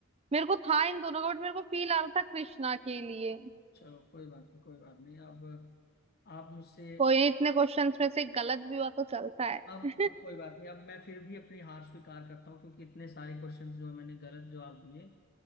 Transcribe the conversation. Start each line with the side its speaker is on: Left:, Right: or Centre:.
Right: मेरे को था इन दोनों का बट मेरे को फील आ रहा था कृष्णा के लिए
Left: चलो कोई बात नहीं कोई बात नहीं अब आप मुझसे
Right: कोई नहीं, इतने क्वेश्चंस में से गलत भी हुआ तो चलता है
Left: अब
Right: <laughs>
Left: अब कोई बात नहीं अब मैं फिर भी अपनी हार स्वीकार करता हूँ क्योंकि इतने सारे क्वेश्चंस जो है मैंने गलत जवाब दिए